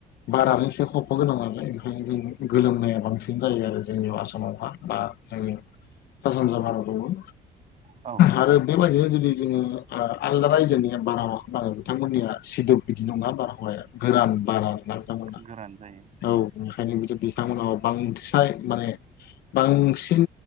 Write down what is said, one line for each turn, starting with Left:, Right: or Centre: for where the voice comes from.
Left: बारानो एसे हब बे गोनां नालाय ओंखायनो जों गोलोमनाया बांसिन जायो आरो जोंनि आसामाव हा बा जोंनि सा सानजा भारतावबो
Right: औ
Left: आरो बेबायदिनो जुदि जोङो आलदा रायजोनि बारावाखौो बिथांमोननिया सिदोब बिदि नङा बारहावाया गोरान बाराा बिथांमोना
Right: गोरान जायो
Left: औ ओंखायनो बिदि बिथांमोनाव बांद्राय माने बांसिन